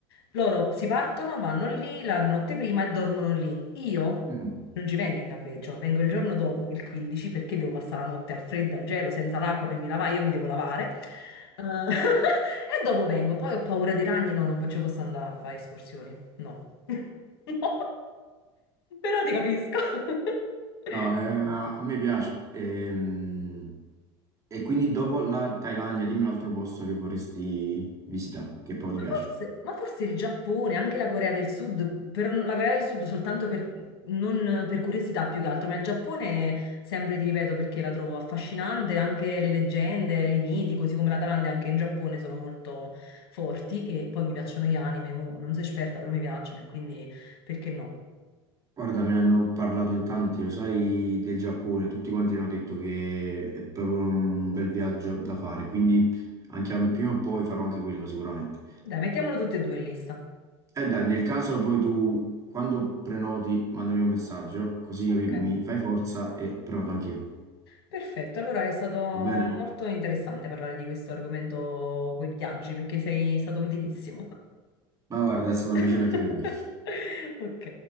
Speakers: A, on the left (about 85°); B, on the right (about 25°).
A: Loro si partono, vanno lì la notte prima e dormono lì. Io
B: Mm.
A: non ci vengo in campeggio, vengo il giorno dopo, il 15, perché devo passare la notte al freddo, al gelo, senza l'acqua per mi lavare, io mi devo lavare. Eh, <laughs> e dopo vengo, poi ho paura dei ragni, no, non ci posso andare a fare escursioni, no. <laughs> No. Però ti capisco. <laughs>
B: No, eh, a, a me piace. Ehm, E, quindi dopo la Thailandia, dimmi un altro posto che vorresti visitare, che poi
A: Ma
B: ti piace.
A: forse, ma forse il Giappone, anche la Corea del Sud, per- la Corea del Sud soltanto per, non per curiosità più che altro, ma il Giappone sempre ti ripeto perché la trovo affascinante, anche le leggende, i miti, così come la Thailandia, anche in Giappone sono molto forti e poi mi piacciono gli anime, mo, non sono esperta però mi piacciono e quindi perché no?
B: Guarda, me ne hanno parlato in tanti, lo sai, del Giappone, tutti quanti mi hanno detto che è proprio un bel viaggio da fare, quindi anche a- prima o poi farò anche quello sicuramente.
A: Dai, mettiamolo tutte e due in lista.
B: E dai, nel caso poi tu, quando prenoti, mandami un messaggio, così
A: Ok,
B: mi, mi fai forza e prenoto anch'io.
A: perfetto, allora è stato molto
B: Va bene?
A: interessante parlare di questo argomento con i viaggi perché sei stato utilissimo.
B: Ma guarda, è stato un
A: <laughs>
B: piacere anche per me.
A: Ok.